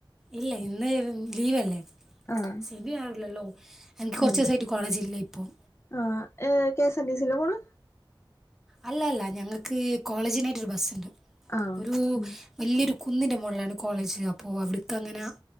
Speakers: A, in the centre; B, on the left (about 30°).
A: ഇല്ല ഇന്ന് ഉം ലീവല്ലെ
B: ആഹ്
A: <unintelligible> എൻക്ക് കൊറ്ച്ചോസ്സായിട്ട്
B: ഉം
A: കോളേജില്ലയിപ്പം
B: ആഹ് ഏഹ് കെ എസ് ആർ ടി സീല്ലാ പോണേ
A: അല്ല അല്ല ഞങ്ങക്ക് കോളേജിനായിട്ട് ഒരു ബസ്സ്ണ്ട്
B: ആഹ്
A: ഒരു
B: ഉം
A: വെല്യൊരു കുന്നിൻ്റെ മോൾലാണ് കോളേജ് അപ്പോ അവ്ടുക്കങ്ങന